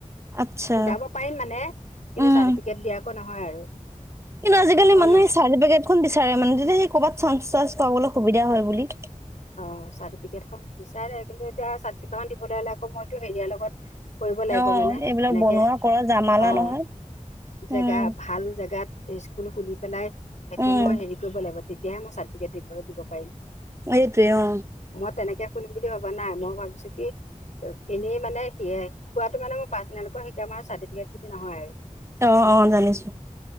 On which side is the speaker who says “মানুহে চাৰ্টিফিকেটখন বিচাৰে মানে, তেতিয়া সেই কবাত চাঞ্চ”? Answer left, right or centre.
Right